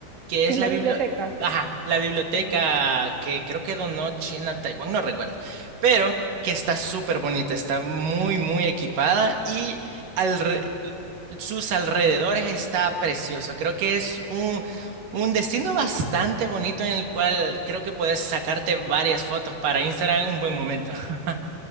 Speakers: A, on the right; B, on the right.
A: que
B: ¿Qué
A: es
B: es
A: la
B: la
A: bibli-
B: biblioteca?
A: ajá, la biblioteca
B: Uh.
A: que creo que donó China a Taiwán, no recuerdo, pero que está súper bonita, está muy, muy equipada y alre- sus alrededores está precioso. Creo que es un, un destino bastante bonito en el cual creo que puedes sacarte varias fotos para Instagram, un buen momento. <laughs>